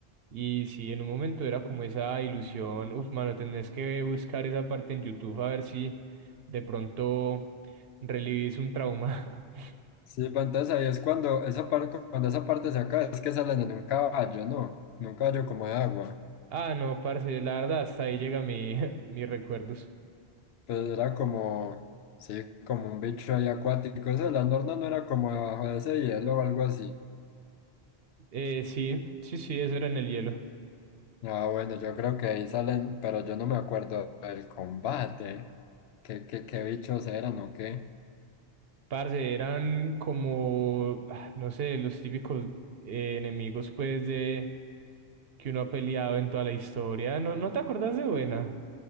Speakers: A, on the right (about 70°); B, on the left (about 80°).
A: Y sí, en un momento era como esa ilusión, uf, mano, tenés que buscar esa parte en YouTube a ver si de pronto relivís un trauma. <laughs>
B: Sí, pues entonces ahí es cuando esa parte, cuando esa parte se acaba, es que salen en un caballo, ¿no? En un caballo como de agua.
A: Ah, no, parce, la verdad, hasta ahí llega mi, <laughs> mis recuerdos.
B: Pues era como, sí, como un bicho ahí acuático. Eso de la norna no era como debajo de ese hielo o algo así.
A: Eh, sí, sí, sí, eso era en el hielo.
B: Ah, bueno, yo creo que ahí salen, pero yo no me acuerdo del combate. ¿Qué, qué, qué bichos eran o qué?
A: Parce, eran como, ah, no sé, los típicos eh, enemigos, pues, de que uno ha peleado en toda la historia. ¿No, no te acordás de buena?